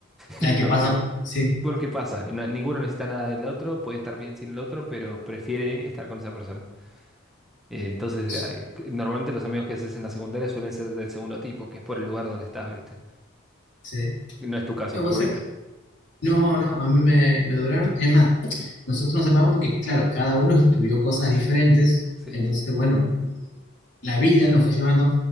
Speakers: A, on the left; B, in the centre.
A: La
B: <laughs>
A: que pasa, sí,
B: Porque pasa, no- ninguno necesita nada del otro, puede estar bien sin el otro, pero prefiere estar con esa persona. Eh, entonces,
A: sí,
B: eh, normalmente los amigos que haces en la secundaria suelen ser del segundo tipo, que es por el lugar donde estás, ¿viste?
A: sí.
B: Y No es tu caso,
A: Lo
B: por
A: que pasa
B: lo visto.
A: es que- no, no, a mí me, me duraron. Es más, nosotros nos separamos porque, claro, cada uno estudió cosas diferentes.
B: Sí.
A: Entonces, bueno, la vida nos fue llevando.